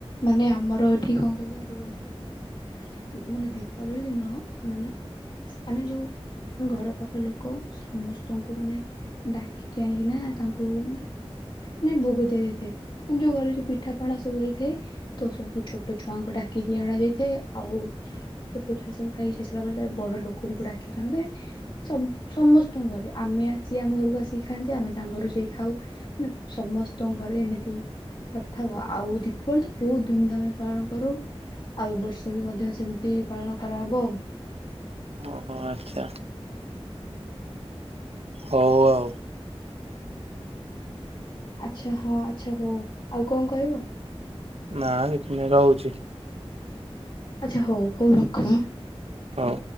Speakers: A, on the left; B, on the right.
A: ମାନେ ଆମର ଏଠି କଣ କହିଲ ଯୋଉ ମାନେ ଦୀପାବଳି ଦିନ ମାନେ ମାନେ ଯୋଉ ଘର ପାଖ ଲୋକ ସମସ୍ତଙ୍କୁ ମାନେ ଡାକିକି ଆଣିକିନା ତାଙ୍କୁ ମାନେ ଯେ ଭୋଗ ଦିଆଯାଇଥାଏ। ନେ ଯୋଉ ଘରେ ଯୋଉ ପିଠାପଣା ସବୁ ହେଇଥାଏ। ତ ସବୁ ଛୋଟ ଛୁଆଙ୍କୁ ଡାକିକି ଅଣା ଯାଇଥାଏ ଆଉ ଛୋଟ ଛୁଆ ସବୁ ଖାଇ ସସିଲା ପରେ ତାରେ ବଡ ଲୋକଙ୍କୁ ଡାକିକି ଅଣାଯାଏ। ସବ୍ ସମସ୍ତଙ୍କ ଘରେ ଆମେ ଆସିି ଆମ ଘରକୁ ଆସିକି ଖାଆନ୍ତି ଆମେ ତାଙ୍କ ଘରୁ ଯାଇ ଖାଉ। ନା ସମସ୍ତଙ୍କ ଘରେ ଏମିତି ବି କରିଥାଉ ଆଉ ଦୀପାବଳି ତ ବହୁତ ଧୁମଧାମ୍ ରେ ପାଳନ କରୁ। ଆଉ ଏ ବର୍ଷ ବି ମଧ୍ୟ ସେମିତି ପାଳନ କରା ହେବ ଆଉ।
B: ଓହୋ ଆଚ୍ଛା ହଉ ଆଉ।
A: ଆଚ୍ଛା ହଁ ଆଚ୍ଛା ହଉ ଆଉ କଣ କହିବ?
B: ନା କିଛି ନୁହଁ ରହୁଚି।
A: ଆଚ୍ଛା ହଉ ହଉ ରଖ ଆଁ।
B: ହଉ।